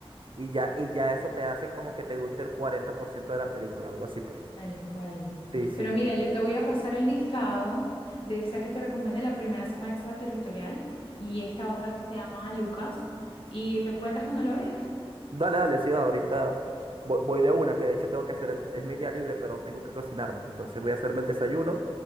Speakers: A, on the right; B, on the left.
A: y ya, y ya eso te hace como que te guste el 40% de la película, algo así pues.
B: Tal cual.
A: Sí, sí.
B: Pero mira, yo te voy a pasar el listado de esa que te recomendé. La primera se llama Extraterritorial y esta otra se llama Lucas. Y me cuentas cuando lo veas.
A: Dale, dale, sí, va, ahorita voy, voy de una, que de hecho tengo que hacer el, es mi día libre, pero tengo que cocinarme. Entonces voy a hacerme el desayuno